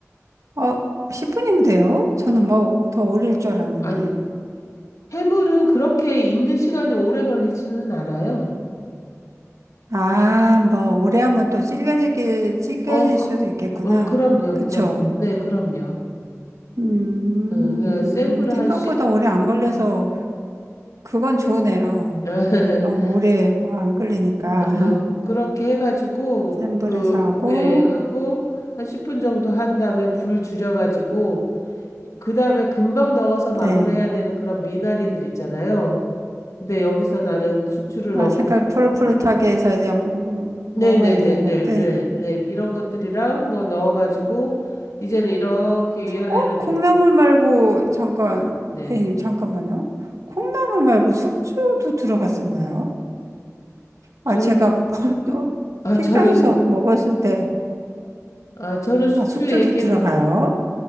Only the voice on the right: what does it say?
어, 10분이면 돼요? 저는 뭐 더 오래일 줄 알았는데.
아, 뭐 오래 하면 또 질겨지기 질겨질
수도 있겠구나.
그쵸?
음,
생각보다
오래 안 걸려서 그건 좋으네요.
너무 오래 뭐 안 끓이니까
<laughs>
센 불에서
하고
네.
아,
색깔
푸릇푸릇하게 해서 이제 음, 음,
먹어야 되는
것들.
어?
콩나물 말고 잠깐
선생님 잠깐만요. 콩나물 말고 숙주도 들어갔었나요? 아,
제가 뭐 <laughs> 또
식당에서
먹었을 때
아, 숙주도
들어가요?